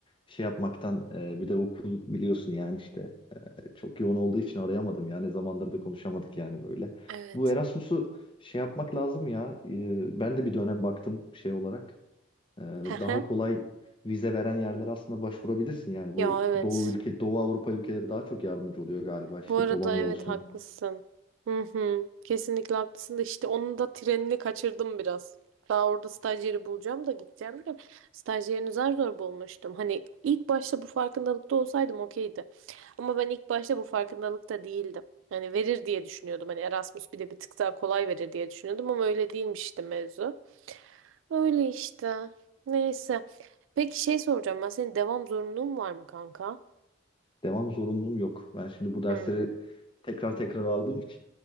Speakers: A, on the left (about 25°); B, on the right (about 70°).
A: şey yapmaktan e, bir de okul biliyorsun yani işte. Çok yoğun olduğu için arayamadım ya. Ne zamandır da konuşamadık yani böyle.
B: Evet.
A: Bu Erasmus'u şey yapmak lazım ya. Ee, Ben de bir dönem baktım şey olarak. Ee,
B: <laughs>
A: Daha
B: Hehe.
A: kolay vize veren yerlere aslında başvurabilirsin. Yani bu
B: Ya evet.
A: Doğu ülke, Doğu Avrupa ülkeleri daha çok yardımcı oluyor galiba. İşte
B: Bu arada
A: Polonya
B: evet
A: olsun,
B: haklısın. Hı hı. Kesinlikle haklısın da işte onun da trenini kaçırdım biraz. Daha orada stajyeri bulacağım da gideceğim de stajyerini zar zor bulmuştum. Hani ilk başta bu farkındalıkta olsaydım okeydi. Ama ben ilk başta bu farkındalıkta değildim. Hani verir diye düşünüyordum. Hani Erasmus bir de bir tık daha kolay verir diye düşünüyordum ama öyle değilmiş işte mevzu. Öyle işte. Neyse. Peki şey soracağım ben senin devam zorunluluğun var mı kanka?
A: devam zorunluluğum yok. Ben şimdi bu dersleri
B: Hı.
A: tekrar tekrar aldığım için